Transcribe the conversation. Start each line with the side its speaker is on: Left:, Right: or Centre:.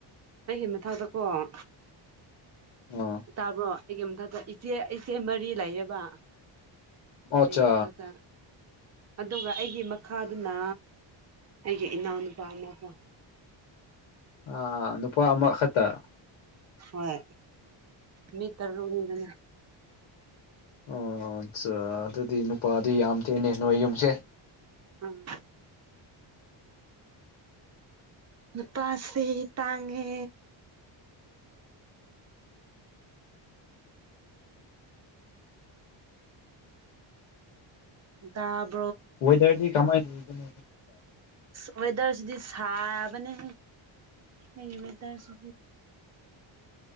Right: ꯑꯩꯒꯤ ꯃꯊꯛꯛꯇꯣ ꯑꯣꯣ
Left: ꯑꯥ
Right: ꯇꯥꯕ꯭ꯔꯣ ꯑꯩꯒꯤ ꯃꯊꯛꯇ ꯏꯆꯦ ꯏꯆꯦ ꯃꯔꯤ ꯂꯩꯌꯦꯕ
Left: ꯑꯠꯆꯥ
Right: ꯑꯩꯒꯤ ꯃꯊꯛꯇ ꯑꯗꯨꯒ ꯑꯩꯒꯤ ꯃꯈꯥꯗꯨꯅ ꯑꯩꯒꯤꯦ ꯏꯅꯥꯅꯄꯥꯃ ꯍꯣ
Left: ꯑ ꯅꯨꯄꯥ ꯑꯃ ꯈꯛꯇ
Right: ꯍꯣꯏ ꯃꯤ ꯇꯔꯔꯨꯅꯤꯗꯅ
Left: ꯑ ꯑꯠꯆꯥ ꯑꯗꯨꯗꯤ ꯅꯨꯄꯥꯗꯤ ꯌꯥꯝ ꯊꯦꯅꯦ ꯅꯣꯏ ꯌ ꯌꯨꯝꯁꯦ
Right: ꯎꯝ ꯄꯁꯤꯦ ꯇꯥꯉꯦ ꯎꯝ
Left: ꯑꯣꯏꯇꯥꯔꯗꯤ ꯀꯃꯥꯏꯅ ꯂꯩꯧꯅꯣ
Right: ꯑ ꯋꯦꯗꯔꯁꯗꯤ ꯁꯥꯥꯕꯅꯦ ꯑꯩꯃꯤ ꯏꯗꯔꯁꯤ